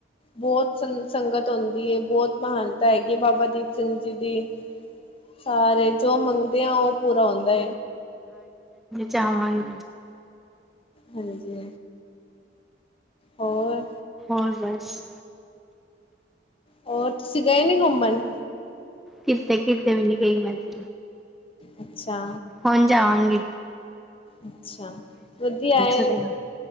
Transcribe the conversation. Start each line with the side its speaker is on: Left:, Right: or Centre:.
Left: ਬਹੁਤ ਸੰਗਤ ਆਉਂਦੀ ਹੈ ਬਹੁਤ ਮਹਾਨ ਹੈਗੀ ਬਾਬਾ ਦੀਪ ਸਿੰਘ ਜੀ ਦੀ ਸਾਰੇ ਜੋ ਮੰਗ ਦੇ ਹ ਉਹ ਪੂਰਾ ਹੁੰਦਾ
Centre: ਚਾਵਾਂਗੇ
Left: ਹਾਂਜੀ ਹੋਰ
Centre: ਹੋਰ ਬਸ
Left: ਉਹ ਤੁਸੀਂ ਗਏ ਨੀ ਘੁੰਮਣ
Centre: ਕਿਰਤ ਕਿਰਤ ਮੈੇ ਕਈ ਮਜ਼
Left: ਅੱਛਾ
Centre: ਹੁਣ ਜਾਵਾਂਗੇ
Left: ਅੱਛਾ ਵਧੀ ਆਏ
Centre: ਰਿਹਾ